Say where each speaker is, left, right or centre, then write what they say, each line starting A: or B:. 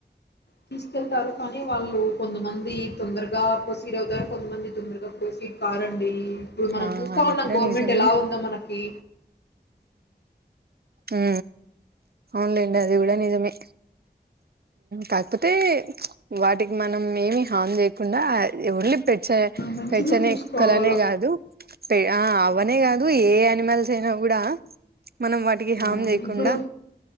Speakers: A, on the left (about 80°); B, on the right (about 65°).
A: తీసుకెళ్తారు కానీ వాళ్ళు కొంతమంది ఇది తొందరగా పో సీడ్ అవుతారు కొంతమంది తొందరగా పోసి కారంండి ఇప్పుడు మనం
B: ఆ!
A: చూస్తా
B: అది
A: ఉన్నాం
B: కూడా
A: గవర్నమెంట్
B: నిజమే.
A: ఎలా ఉందా మనకి
B: ఉ అన్లైండి అది కూడా నిజమే కాకపోతే వాటికి మనం ఏమి హాన్ చేయకుండా ఒళ్ళ పె
A: మంచిగా
B: పెచనేక్కలనే
A: చూసుకోవాల
B: కాదు పె ఆ అవనే కాదు ఏ యానిమల్స్ అయినా కూడా మనం వాటికి
A: అవున
B: హార్మ్ చేయకుండా
A: ఇప్పుడు